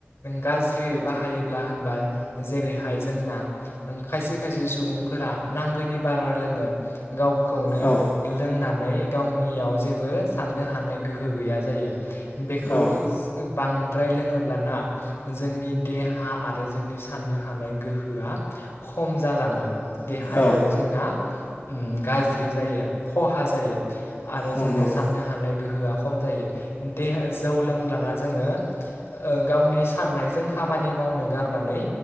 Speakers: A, on the left; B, on the left.
A: गाज्रियै बाहायोब्ला होनबा। जेरैहाय जोंना खायसे खायसे सुबुंफोरा नांगौनि बारा लोङो गावखौनो
B: औ
A: लोंनानै। गावनियाव जेबो साननो हानाय गोहो गैया जायो। बेखौ
B: औ
A: बां। द्राय लोङोब्लाना जोंनि देहा आरो जोंनि साननो हानाय गोहोआ खम जालाङो। देहायाबो
B: औ
A: जोंना। उम गाज्रि जायो खहा जायो। आरो
B: नंगौ
A: जोंनिया साननो हानाय गोहोआ। खम जायो देहा जौ लोंब्लाना जोङो ओ गावनि साननायजों खामानि मावनो गारनानै।